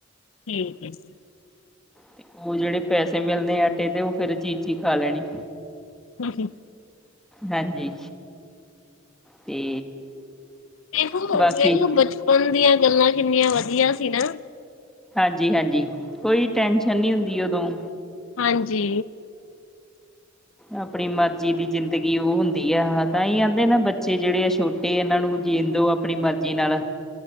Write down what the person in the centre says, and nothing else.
ਤੇ ਓ ਜੇੜੇ ਪੈਸੇ ਮਿਲਣੇ ਆਟੇ ਦੇ ਓ ਫੇਰ ਚੀਜ਼ ਖਾ ਲੈਣੀ।
ਹਾਂਜੀ, ਤੇ
ਬਾਕੀ
ਹਾਂਜੀ -ਹਾਂਜੀ ਕੋਈ ਟੈਂਸ਼ਨ ਨਈ ਹੁੰਦੀ ਓਦੋਂ
ਆਪਣੀ ਮਰਜ਼ੀ ਦੀ ਜ਼ਿੰਦਗੀ ਓ ਹੁੰਦੀ ਆ ਤਾਂਹੀ ਆਂਦੇ ਨਾ ਬੱਚੇ ਜੇੜੇ ਆ ਛੋ ਟੇ-ਏਨਾਂ ਨੂੰ ਜੀਣ ਦੋ ਆਪਣੀ ਮਰਜ਼ੀ ਨਾਲ